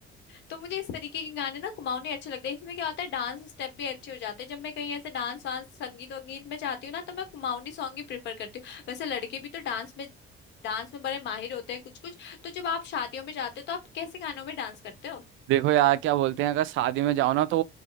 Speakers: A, on the left; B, on the right.
A: तो मुझे इस तरीके के गाने ना कुमाऊनी अच्छे लगते हैं इसमें क्या होता है डांस स्टेप भी अच्छे हो जाते हैं जब मैं कहीं ऐसे डांस वांस संगीत और गीत में जाती हूँ ना तो मैं कुमाऊनी सॉन्ग ही प्रेफर करती हूँ वैसे लड़के भी तो डांस में डांस में बड़े माहिर होते हैं कुछ कुछ तो जब आप शादियों में जाते हो तो आप कैसे गानों में डांस करते हो
B: देखो यार क्या बोलते हैं अगर शादी में जाओ ना तो